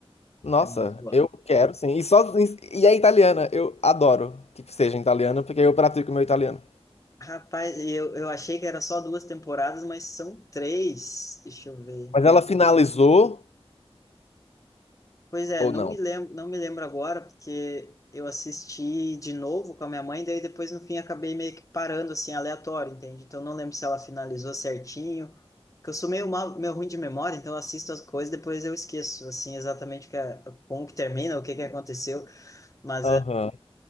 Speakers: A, on the left (about 85°); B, on the left (about 30°).
A: Nossa,
B: É muito boa.
A: eu quero sim. E, só, e é italiana, eu adoro que seja italiana, porque eu pratico meu italiano.
B: Rapaz, eu, eu achei que era só duas temporadas, mas são três. Deixa eu ver.
A: Mas ela finalizou
B: Pois é,
A: ou
B: não
A: não?
B: me lembro, não me lembro agora, porque eu assisti de novo com a minha mãe, daí depois no fim acabei meio que parando assim, aleatório, entende? Então não lembro se ela finalizou certinho. Porque eu sou meio, mal, meio ruim de memória, então eu assisto as coisas, e depois eu esqueço, assim, exatamente o que é- como que termina, o que que aconteceu. Mas
A: Aham.